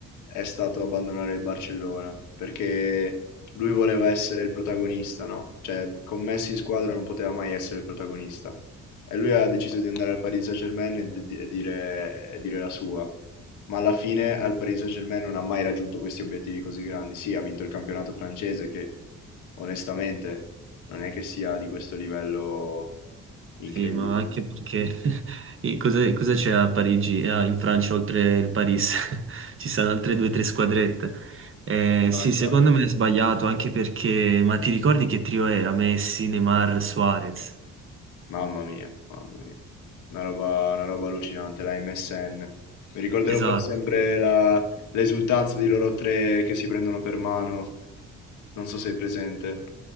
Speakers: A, on the left (about 80°); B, on the right (about 45°).
A: è stato abbandonare il Barcellona, perché lui voleva essere il protagonista, no? Cioè, con Messi in squadra non poteva mai essere il protagonista. E lui ha deciso di andare al Paris Saint-Germain e, di- e dire, e dire la sua. Ma alla fine al Paris Saint-Germain non ha mai raggiunto questi obiettivi così grandi. Sì, ha vinto il campionato francese, che onestamente non è che sia di questo livello incredibile.
B: Sì, ma anche perché <laughs> e cosa cosa c'è a Parigi, ah, in Francia oltre il Paris? <laughs> Ci sono altre due o tre squadrette. Eh,
A: No,
B: sì,
A: infatti.
B: secondo me è sbagliato anche perché, ma ti ricordi che trio era? Messi, Neymar, Suarez?
A: Mamma mia, mamma mia. Una roba, una roba allucinante, la MSN. Mi ricorderò
B: Esatto.
A: per sempre la- l'esultanza di loro tre che si prendono per mano. Non so se sei presente.